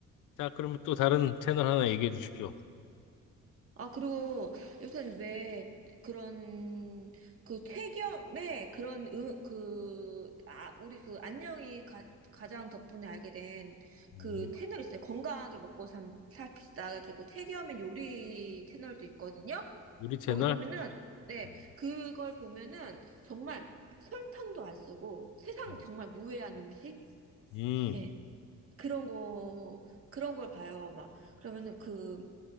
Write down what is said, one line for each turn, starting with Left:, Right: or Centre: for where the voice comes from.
Left: 자, 그러면 또 다른 채널 하나 얘기해 주십시오.
Right: 아, 그리고 요새는 왜 그런, 그 퇴겸의 그런, 으, 그, 아, 우리 그 안녕이 가, 가장 덕분에 알게 된
Left: 음,
Right: 그 채널 있어요. 건강하게 먹고 삽, 삽시다 가지고 퇴겸의 요리 채널도 있거든요.
Left: 요리 채널?
Right: 거기 보면은, 네,
Left: 음,
Right: 그걸 보면은 정말 설탕도 안 쓰고 세상
Left: 음.
Right: 정말 무해한 음식?
Left: 음.
Right: 예. 그런 거, 그런 걸 봐요. 막, 그러면은 그,